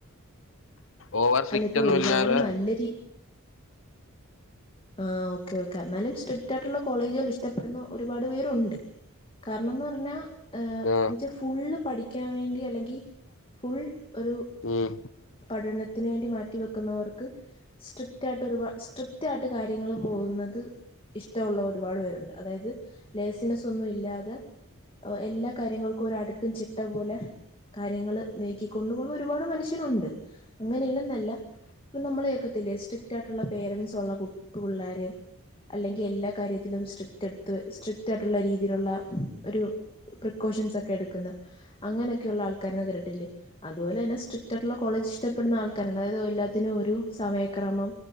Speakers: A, on the left; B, on the left.
A: ഓവർ സ്ട്രിറ്റ്
B: അല്ല ഇപ്പൊ
A: ഒന്നും
B: ഒരുപാട്
A: ഇല്ലാതെ
B: നല്ല ആ ഓക്കെ ഓക്കെ എന്നാലും സ്ട്രിക്റ്റ് ആയിട്ടുള്ള കോളേജുകൾ ഇഷ്ടപ്പെടുന്ന ഒരുപാട് പേരുണ്ട്. കാരണമെന്ന് പറഞ്ഞാ എന്ന
A: ആ
B: വെച്ചാൽ ഫുൾ പഠിക്കാൻ വേണ്ടി ഫുൾ ഒരു
A: ഉം
B: പഠനത്തിന് വേണ്ടി മാറ്റി <unintelligible> ന്നവർക്ക് സ്ട്രിക്റ്റ് ആയിട്ട് ഒരുപാട് സ്ട്രിക്റ്റ് ആയിട്ട് കാര്യങ്ങൾ പോകുന്നത് ഇഷ്ടമുള്ള ഒരുപാട് പേരുണ്ട്. അതായത് ലൈസൻസ് ഒന്നും ഇല്ലാതെ എല്ലാ കാര്യങ്ങൾക്കും ഒരു അടുക്കും ചിട്ട പോലെ കാര്യങ്ങൾ നീക്കിക്കൊണ്ടുപോകുന്ന ഒരുപാട് മനുഷ്യരുണ്ട് അങ്ങനെല്ലെന്നല്ല ഇപ്പൊ നമ്മളെ കേൾക്കത്തില്ലേ സ്ട്രിക്റ്റ് ആയിട്ടുള്ള പേരൻസ് ഉള്ള കുട്ട പിള്ളാര അല്ലെങ്കിൽ എല്ലാ കാര്യത്തിലുംസ്ട്രിക്റ്റ് എടു സ്ട്രിക്റ്റ് ആയിട്ടൊള്ള രീതിയിലുള്ള ഒരു പോർഷൻസ് എടുക്കുന്ന അങ്ങനെക്കെയുള്ള ആൾക്കാരെയൊക്കെ ണ്ടിട്ടില്ലേ അതുപോലെ സ്ട്രിക്റ്റ് സ്ട്രിക്റ്റയിട്ടുള്ള കോളേജ് ഇഷ്ടപ്പെടുന്ന ആൾക്കാരുണ്ടു. അതായത് എല്ലാത്തിനും ഒരു സമയക്രമം